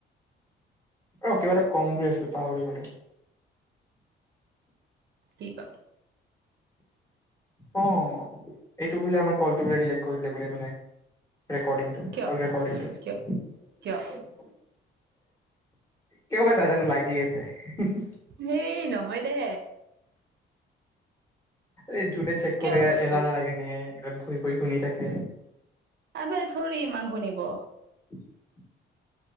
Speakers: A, on the left; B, on the right.
A: অ' কিবা এটা কম বুলি আছিলো পাহৰি গলো।
B: কি ক?
A: অ' এইটো বোলে আমাৰ কল টো বোলে ৰিজেক্ট কৰি দিলে বোলে মানে ৰেকৰ্ডিং টো
B: কিয়
A: কল ৰেকৰ্ডিং টো।
B: কিয় কিয়
A: কিয়বা নাজানো লাগি আছে। <unintelligible>
B: হেই নহয় দে।
A: এই জুনে চেক
B: কিয়
A: কৰে
B: কৰিব
A: এলাহ নালাগে নে? <unintelligible> ফুৰি শুনি থাকে।
B: আবে থৰি ইমান শুনিব।
A: <inaudible>